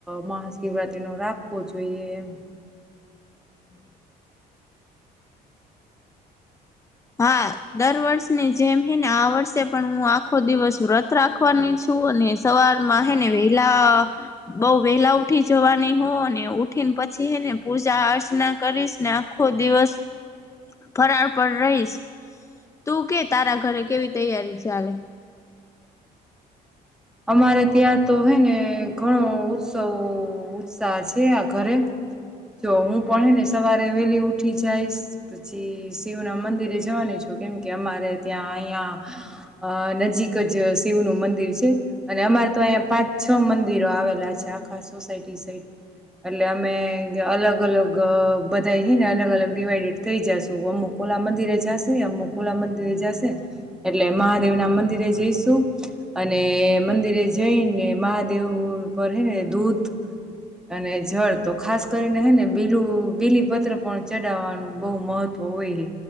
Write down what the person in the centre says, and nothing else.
મહાશિવ રાત્રીનો રાખવો જોઈએ એમ
અમારે ત્યાં તો હે ને ઘણો ઉત્સવ સા છે, આ ઘરે
જો હું પણ હેને સવારે વહેલી ઉઠી જઈશ પછી શિવના મંદિરે જવાની છું કેમ કે અમારે ત્યાં અંયા નજીક જ શિવનું મંદિર છે. અને અમારે તો અહીંયા પાંચ છ મંદિરો આવેલા છે, આખા સોસાયટી સાઈટ એટલે અમે અલગ અલગ બધા હી ને અલગ અલગ ડિવાઈડેડ થઈ જશુ અમુક કોલા મંદિરે જશે અમુક કોલા મંદિરે જશે એટલે મહાદેવ ના મંદિરે જઈશું અને મંદિરે જઈને મહાદેવ પર હે ને દૂધ અને જળ તો ખાસ કરીને હે ને બીલું બીલીપત્ર પણ ચડાવવાનું બહ મહ તોવે.